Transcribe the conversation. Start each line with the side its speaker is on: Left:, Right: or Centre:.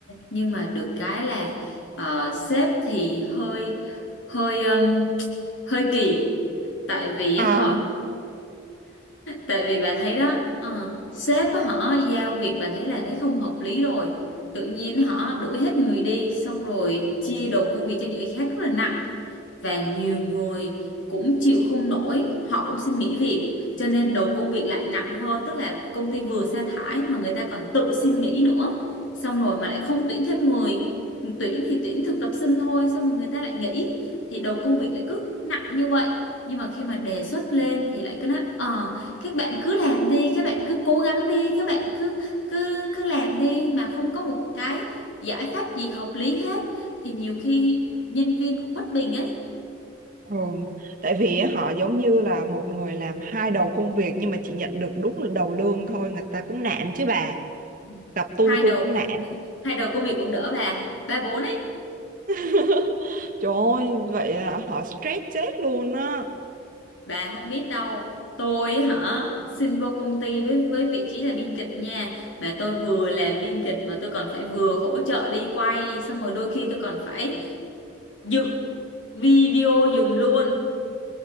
Left: nhưng mà được cái là ờ, sếp thì hơi hơi ừm, hơi kỳ tại vì
Right: À,
Left: họ tại vì bà thấy đó ờ, sếp á, họ giao việc bà thấy là thấy không hợp lý rồi tự nhiên họ đuổi hết người đi xong rồi chia đầu công việc cho những người khác rất là nặng và nhiều người cũng chịu không nổi họ cũng xin nghỉ việc cho nên đầu công việc lại nặng hơn tức là công ty vừa sa thải mà người ta còn tự xin nghỉ nữa xong rồi mà lại không tuyển thêm người tuyển thì tuyển thực tập sinh thôi xong rồi người ta lại nghỉ thì đầu công việc lại cứ nặng như vậy nhưng mà khi mà đề xuất lên thì lại cứ nói ờ các bạn cứ làm đi các bạn cứ cố gắng đi các bạn cứ cứ cứ làm đi mà không có một cái giải pháp gì hợp lý hết thì nhiều khi nhân viên cũng bất bình ấy
Right: ừ. Tại vì họ giống như là một người làm hai đầu công việc nhưng mà chỉ nhận được đúng một đầu lương thôi, người ta cũng nản chứ bà.
Left: Ừ.
Right: Gặp tôi
Left: hai
Right: tôi
Left: đầu
Right: cũng nản.
Left: hai đầu công việc cũng đỡ bà ba bốn ấy
Right: <laughs> Trời ơi, vậy là họ stress chết luôn á.
Left: bà không biết đâu tôi hả xin vô công ty với với vị trí là biên kịch nha mà tôi vừa làm biên kịch mà tôi còn phải vừa hỗ trợ đi quay xong rồi đôi khi tôi còn phải dựng video giùm luôn